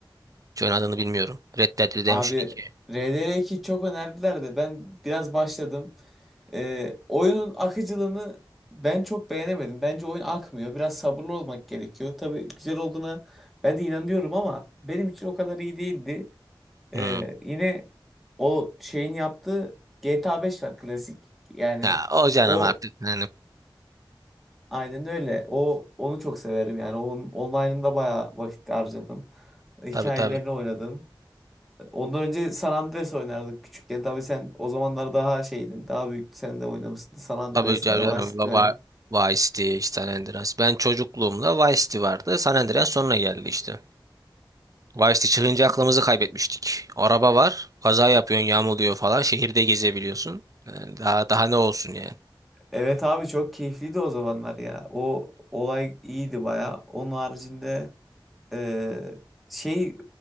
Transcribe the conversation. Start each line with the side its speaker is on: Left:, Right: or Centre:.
Right: Hiç adını bilmiyorum. Red Dead Redemption
Centre: Abi
Right: 2.
Centre: RDR2 çok önerdiler de ben biraz başladım. Ee, oyunun akıcılığını ben çok beğenemedim. Bence oyun akmıyor. Biraz sabırlı olmak gerekiyor. Tabii güzel olduğuna ben de inanıyorum ama benim için o kadar iyi değildi. Ee,
Right: Hmm.
Centre: yine o şeyin yaptığı GTA 5 var klasik. Yani
Right: Ya o canım
Centre: o
Right: artık yani
Centre: aynen öyle. O onu çok severim yani. Onun online'ında bayağı vakit harcadım. Hikayelerini
Right: tabii tabii.
Centre: oynadım. Ondan önce San Andreas oynardık küçükken. Tabii sen o zamanlar daha şeydin. Daha büyük sen de oynamışsın. San Andreas'ler,
Right: Tabii canım
Centre: Vice City'ler.
Right: baba Vice City, işte San Andreas. Ben çocukluğumda Vice City vardı. San Andreas sonra geldi işte. Vice'de çıkınca aklımızı kaybetmiştik. Araba var, kaza yapıyorsun, yağmalıyor falan, şehirde gezebiliyorsun. Yani daha daha ne olsun yani.
Centre: Evet abi çok keyifliydi o zamanlar ya. O olay iyiydi baya. Onun haricinde e, şey